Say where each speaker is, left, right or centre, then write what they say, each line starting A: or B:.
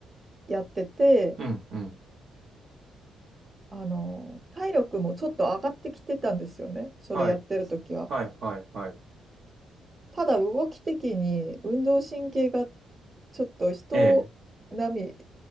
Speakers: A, on the right; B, on the right.
A: やってて、
B: うん、うん。
A: あの、体力もちょっと上がってきてたんですよね、それやってる時は。
B: はい。はい、はい、はい。
A: ただ動き的に運動神経がちょっと人並み
B: ええ。